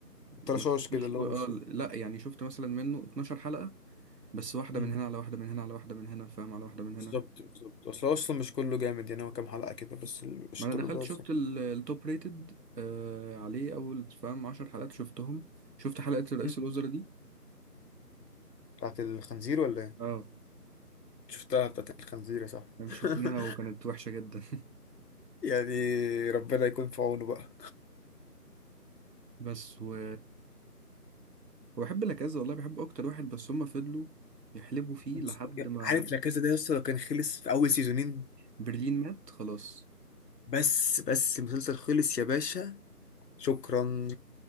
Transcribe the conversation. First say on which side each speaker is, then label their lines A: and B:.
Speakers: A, on the left; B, on the right.
A: الترشاش
B: ما شفتوش
A: كده اللي
B: كو...
A: هو
B: اه
A: مش
B: لا يعني شفت مثلا منه 12 حلقة بس واحدة
A: مم.
B: من هنا على واحدة من هنا على واحدة من هنا فاهم على واحدة من هنا
A: بالظبط بالظبط اصل هو اصلا مش كله جامد يعني هو كام حلقة كده بس اللي قشطله
B: ما انا دخلت
A: لذيذ
B: شفت
A: يعني.
B: ال- التوب ريتد آه عليه اول فاهم 10 حلقات شفتهم شفت حلقة رئيس
A: مم.
B: الوزراء دي
A: بتاعت الخنزير ولا ايه؟
B: اه
A: شفتها بتاعت الخنزير يا صاحبي
B: انا
A: <laughs>
B: شفناها وكانت وحشة جدا
A: يعني ربنا يكون في عونه بقى
B: بس و وبحب لاكازا والله بحب اكتر واحد بس هما فضلوا يحلبوا فيه
A: بالظبط
B: لحد ما
A: عارف لا كذا ده يا اسطى لو كان خلص في اول سيزونين
B: برلين مات خلاص
A: بس بس المسلسل خلص يا باشا شكرا